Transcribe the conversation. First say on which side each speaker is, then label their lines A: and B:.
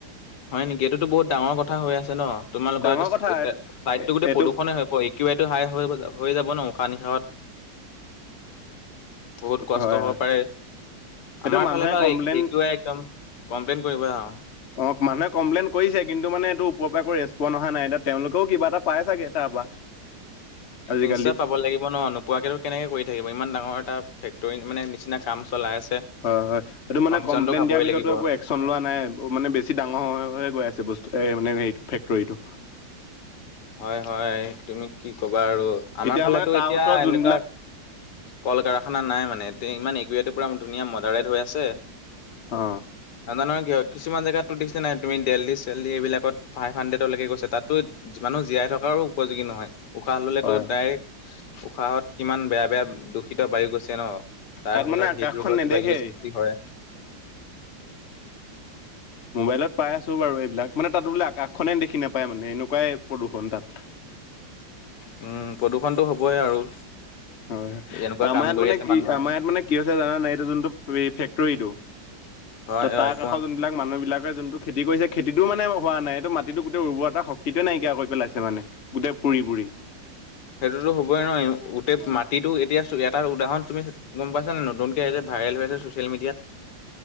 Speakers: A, on the left (about 70°); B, on the left (about 50°).
A: হয় নেকি এইটোতো বহুত ডাঙৰ কথা হৈ আছে ন তোমালোক
B: ডাঙৰ
A: ৰ
B: কথা এইটো
A: চাইড টো গোটেই
B: এইটো
A: প্ৰদূষণে হৈ প ইউ আই টো হাই হৈ যাব হৈ যাব ন উশাহ নিশাহত বহুত কষ্ট
B: হয়
A: হ'ব
B: হয়
A: পাৰে
B: এইটো
A: আমাৰ
B: মানুহে
A: ফালে বাৰু
B: কমপ্লেইন
A: একদম কমপ্লেইন কৰিব আৰু
B: অ মানুহে কমপ্লেইন কৰিছে কিন্তু মানে এইটো ওপৰ পৰা আ একো ৰেছপন্ অহা নাইতিয়া তেওঁলোকেও কিবা এটা পাই ছাগে তাৰপ পৰা আজিকালি
A: নিশ্চয় পাব লাগিব ন নোপোৱাকো কেনেকে কৰি থাকিব ইমান ডাঙৰ এটা ফেক্টৰীত মানে নিচিনা কাম চলাই আছে।
B: হয় হয় এইটো মানে
A: কমিশনটো
B: কমপ্লেইন
A: খাবই
B: দিয়াৰ পিছতো
A: লাগিব
B: একো একচন লোৱা নাই মানে বেছি ডাঙৰ হৈহে গৈ আছে বস্তু এ মানে হেৰিটো ফেক্টৰীটো
A: হয় হয় তুমি কি কবা আৰু আমাৰ
B: এতিয়া
A: ফালেতো
B: মানে তাৰ
A: এতিয়া
B: ওচৰত যোনবিলাক
A: এনেকুৱা কল কাৰখানা নাই মানে ইমান একটো পুৰা ধুনীয়া মডাৰেড হৈ আছে।
B: অ
A: নানৰ কিয় কিছুমান জেগাততো দিছে ন তুমি দেল্লী চেল্লী এইবিলাকত ফাইভ হাণ্ড্ৰেডলৈকে গৈছে তাততো মানুহ জীয়াই থকাৰো উপযোগী নহয় উশাহ ললেতো
B: হয়
A: ডাইৰেক্ট উশাহত কিমান বেয়া বেয়া দূষিত বায়ু গৈছে ন। তাৰ
B: তাত
A: সমপত
B: মানে আকাশখন
A: হৃদৰোগৰ
B: নেদেখেই
A: কিবা কিবি সৃষ্টি হয়।
B: মোবাইলত পাই আছো বাৰু এইবিলাক মানে তাত বোলে আকাশখনে দেখি নেপায় মানে এনেকুৱাই প্ৰদূষণ তাত
A: <inaudible> উম প্ৰদূষণতটো হ'বই আৰু
B: হয় হয়
A: এনেকুৱা
B: আমাৰ
A: কাম
B: ইয়াত
A: কৰি
B: মানে
A: আছে
B: কি
A: মানুহে
B: আমাৰ ইয়াত মানে কি আ হৈছে জানা নাই এইটো যোনটো ফেক্টৰীটো
A: হয়
B: ত তাৰ
A: হয়
B: কাষত
A: কোৱা
B: যোনবিলাক মানুহ বিলাক যোনটো খেতি কৰিছে খেতিটো মানে হোৱা নাই এইটো মাটিতটো গোটেই ৰুবোৱা এটা শক্তিৱে নাইকিয়া কৰি পেলাইছে মানে। গোটেই পুৰি পুৰি
A: সেইটোতো হবই নহয় গোটেই মাটিতটো এতিয়া এটা উদাহৰণ তুমি গম পাইছা নে নতুনকে এ ভাইৰেল হৈ আছে ছচিয়েল মিডিয়াত